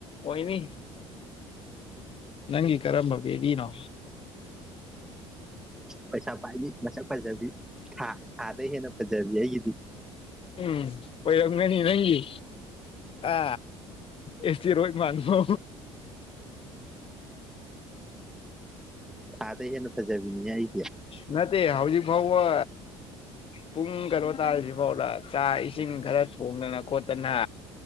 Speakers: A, on the left (about 35°); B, in the centre.
A: ꯑꯣꯏꯅꯤ ꯅꯪꯒꯤ ꯀꯔꯝꯕ ꯕꯦꯕꯤꯅꯣ
B: ꯄꯩꯁꯥ ꯄꯥꯏꯕꯤ ꯃꯁꯛ ꯐꯖꯕꯤ ꯊꯥ ꯊꯥꯗꯩ ꯍꯦꯅ ꯐꯖꯕꯤ ꯑꯩꯒꯤꯗꯤ
A: ꯎꯝ ꯑꯣꯏꯔꯝꯒꯅꯤ ꯅꯪꯒꯤ ꯑ ꯑꯦꯁꯇꯦꯔꯣꯇ ꯃꯥꯟꯕ
B: ꯊꯥꯗꯩ ꯍꯦꯟꯅ ꯐꯖꯥꯕꯤꯅꯤ ꯑꯩ
A: ꯅꯠꯇꯦ ꯍꯥꯎꯖꯤꯛ ꯐꯥꯎꯋ ꯄꯨꯡ ꯀꯩꯅꯣ ꯇꯥꯔꯁꯤ ꯐꯥꯎꯗ ꯆꯥꯛ ꯏꯁꯤꯡ ꯈꯔ ꯊꯣꯡꯗꯅ ꯈꯣꯠꯇꯅ